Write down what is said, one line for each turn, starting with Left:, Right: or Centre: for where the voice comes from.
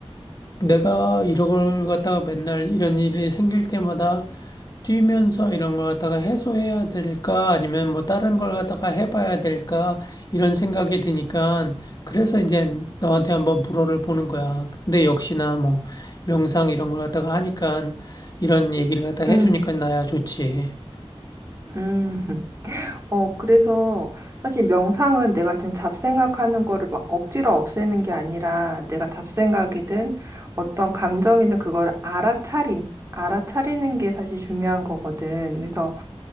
Left: 내가 이런 걸 갖다가 맨날 이런 일이 생길 때마다 뛰면서 이런 걸 갖다가 해소해야 될까 아니면 뭐 다른 걸 갖다가 해봐야 될까 이런 생각이 드니까 그래서 이제 너한테 한번 물어를 보는 거야. 근데 역시나 뭐 명상 이런 걸 갖다가 하니까 이런 얘기를 갖다가
Right: 음,
Left: 해주니까 나야 좋지.
Right: 음. 어, 그래서 사실 명상은 내가 지금 잡생각하는 거를 막 억지로 없애는 게 아니라 내가 잡생각이든 어떤 감정이든 그걸 알아차림, 알아차리는 게 사실 중요한 거거든. 그래서,